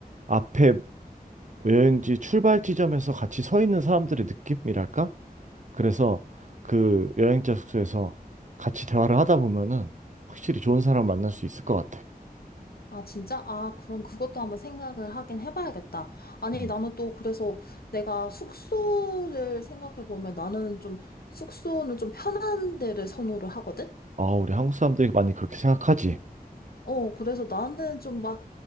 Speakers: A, on the right; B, on the left.
A: 앞에 여행지 출발 지점에서 같이 서 있는 사람들의 느낌이랄까? 그래서 그 여행자 숙소에서 같이 대화를 하다 보면은 확실히 좋은 사람 만날 수 있을 것 같아.
B: 아, 진짜? 아, 그럼 그것도 한번 생각을 하긴 해봐야겠다. 아니,
A: 음.
B: 나는 또 그래서 내가 숙소를 생각해보면 나는 좀, 숙소는 좀 편한 데를 선호를 하거든?
A: 아, 우리 한국 사람들이 많이 그렇게 생각하지.
B: 어, 그래서 나는 좀막